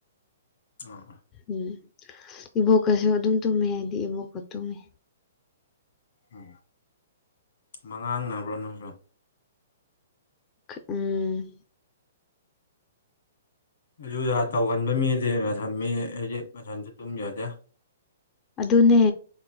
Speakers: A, on the left; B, on the left.
A: ꯑꯥ
B: ꯎꯝ ꯏꯕꯣꯛꯀꯁꯨ ꯑꯗꯨꯝ ꯇꯨꯝꯃꯦ ꯍꯥꯏꯗꯤ ꯏꯕꯣꯛꯀ ꯇꯨꯝꯃꯤ
A: ꯎꯝ ꯃꯉꯥꯡꯅꯕ꯭ꯔꯣ ꯅꯪꯁꯨ
B: ꯎꯝ
A: ꯑꯗꯨꯗ ꯇꯧꯒꯟꯕ ꯃꯤꯗꯤ ꯊꯝꯃꯤ ꯍꯥꯏꯗꯤ ꯃꯊꯟꯁꯨ ꯇꯨꯝꯖꯗꯦ
B: ꯑꯗꯨꯅꯦ